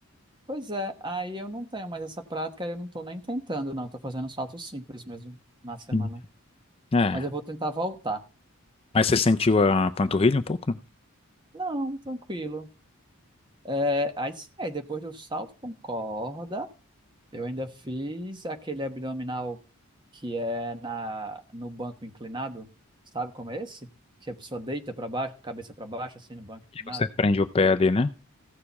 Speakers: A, on the right (about 20°); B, on the left (about 25°).
A: pois é, aí eu não tenho mais essa prática, eu não estou nem tentando, não, estou fazendo um salto simples mesmo na semana.
B: Hum. É.
A: Mas eu vou tentar voltar.
B: Mas você sentiu a panturrilha um pouco, né?
A: Não, tranquilo. É, aí sim, aí depois do salto com corda, eu ainda fiz aquele abdominal que é na, no banco inclinado, sabe como é esse? Que a pessoa deita para baixo, com a cabeça para baixo, assim, no banco inclinado.
B: E você prende o pé ali, né?